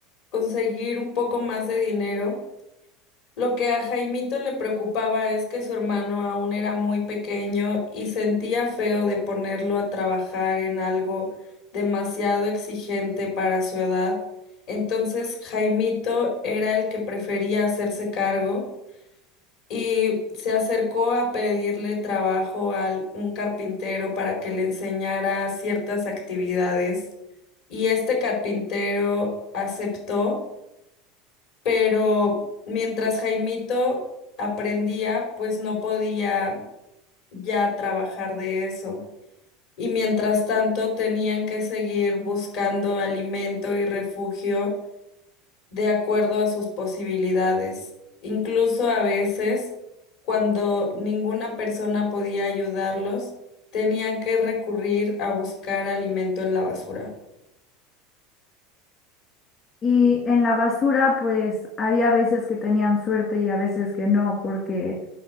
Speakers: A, on the left; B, on the left.
A: conseguir un poco más de dinero. Lo que a Jaimito le preocupaba es que su hermano aún era muy pequeño y sentía feo de ponerlo a trabajar en algo demasiado exigente para su edad. Entonces Jaimito era el que prefería hacerse cargo y se acercó a pedirle trabajo a un carpintero para que le enseñara ciertas actividades y este carpintero aceptó, pero mientras Jaimito aprendía, pues no podía ya trabajar de eso. Y mientras tanto tenían que seguir buscando alimento y refugio de acuerdo a sus posibilidades. Incluso a veces, cuando ninguna persona podía ayudarlos, tenían que recurrir a buscar alimento en la basura.
B: Y en la basura, pues había veces que tenían suerte y a veces que no, porque